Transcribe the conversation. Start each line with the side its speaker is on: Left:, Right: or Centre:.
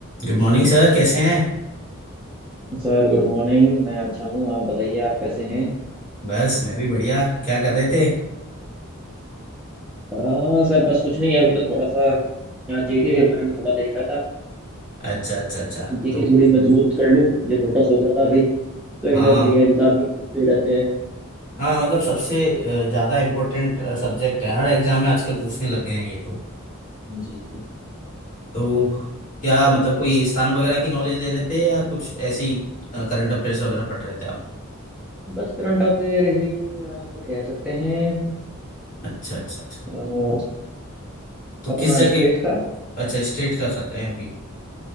Left: Good morning sir कैसे हैं
Centre: Sir good morning मैं अच्छा हूँ आप बताइए आप कैसे हैं
Left: बस मैं भी बढ़िया क्या कर रहे थे
Centre: हाँ सर बस कुछ नहीं है अभी तो थोड़ा सा यहाँ जीके के बारे में थोड़ा देख रहा था
Left: अच्छा अच्छा अच्छा
Centre: जीके
Left: तो
Centre: थोड़ी मजबूत कर लूँ ये थोड़ा सोच रहा था अभी कहीं
Left: हाँ
Centre: ना कहीं एग्जाम में पूछते ही रहते हैं
Left: हाँ मतलब सबसे अ, ज़्यादा इम्पोर्टेंट सब्जेक्ट है हर एग्जाम में आजकल पूछने लग गए हैं ये तो
Centre: जी जी
Left: तो क्या मतलब कोई स्थान वगैरह की नॉलेज ले रहे थे या कुछ ऐसी करंट अफेयर्स वगैरह पढ़ रहे थे आप
Centre: बस करंट अफेयर ही आप कह सकते हैं
Left: अच्छा अच्छा अच्छा
Centre: अ,
Left: तो
Centre: अपना
Left: किस जगह
Centre: स्टेट का
Left: अच्छा स्टेट का कर रहे हैं अभी